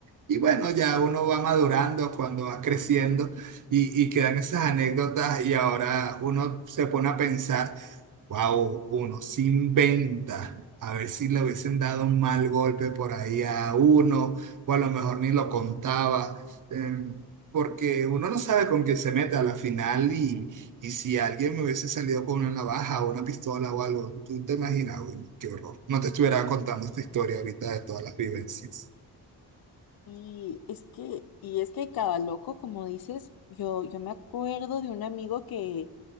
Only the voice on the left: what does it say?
Y es que, y es que cada loco, como dices, yo, yo me acuerdo de un amigo que